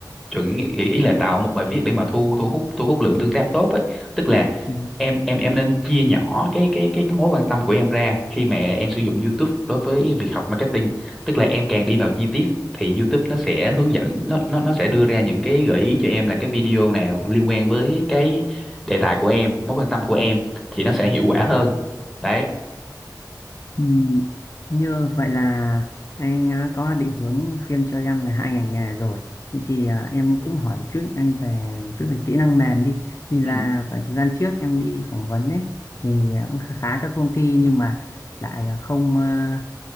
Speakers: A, in the centre; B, on the left.
A: chuẩn ý, ý là tạo một bài viết để mà thu thu hút thu hút lượng tương tác tốt ấy tức là
B: Ừ.
A: em em em nên chia nhỏ cái cái cái, cái mối quan tâm của em ra khi mà em sử dụng YouTube đối với việc học marketing tức là em càng đi vào chi tiết thì YouTube nó sẽ hướng dẫn nó nó nó sẽ đưa ra những cái gợi ý cho em là cái video nào liên quan với cái đề tài của em mối quan tâm của em thì nó sẽ hiệu quả
B: dạ
A: hơn
B: vâng.
A: đấy
B: Ừ, như vậy là anh à, có định hướng khuyên cho em về hai ngành nghề rồi thì à, em cũng hỏi một chút anh về một chút về kỹ năng mềm đi vì là
A: ừ
B: khoảng thời gian trước em đi phỏng vấn ấy thì à, cũng khá khá các công ty nhưng mà lại à, không à,